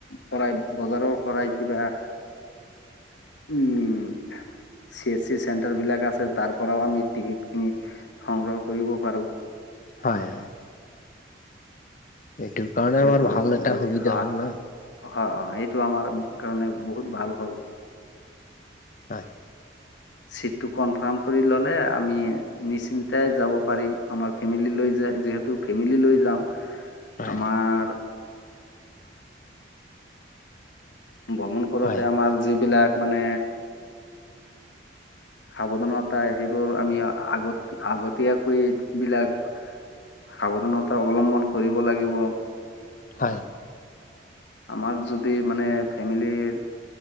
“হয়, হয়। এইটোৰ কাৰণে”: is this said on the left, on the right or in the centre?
Left